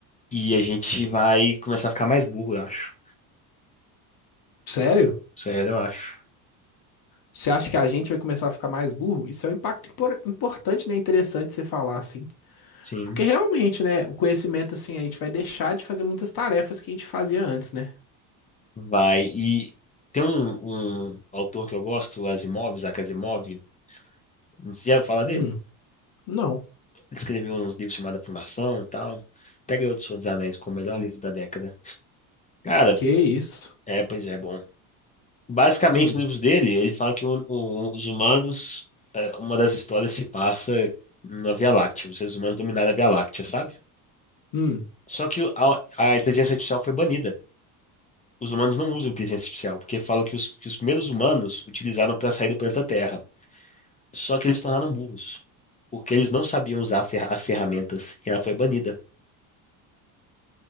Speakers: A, on the left; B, on the left.
A: e a gente vai começar a ficar mais burro, eu acho.
B: sério?
A: Sério, eu acho.
B: Você acha que a gente vai começar a ficar mais burro? Isso é um impacto impor- importante, né? Interessante você falar, assim.
A: Sim,
B: Porque realmente, né? O conhecimento, assim, a gente vai deixar de fazer muitas tarefas que a gente fazia antes, né?
A: vai. E tem um, um autor que eu gosto, Asimov, Isaac Asimov. Você já ouviu falar
B: Hum,
A: dele?
B: não.
A: Ele escreveu uns livros chamados A Fundação e tal. Até ganhou do Senhor dos Anéis como o melhor livro da década. Cara,
B: Que isso?
A: é, pois é, bom. Basicamente,
B: Hum,
A: nos livros dele, ele fala que o- o- os humanos, é, uma das histórias se passa na Via Láctea. Os seres humanos dominaram a Via Láctea, sabe?
B: hum.
A: Só que a, a inteligência artificial foi banida. Os humanos não usam inteligência artificial, porque falam que os, que os primeiros humanos utilizaram para sair do planeta Terra. Só que eles se tornaram burros, porque eles não sabiam usar a fer- as ferramentas, e ela foi banida.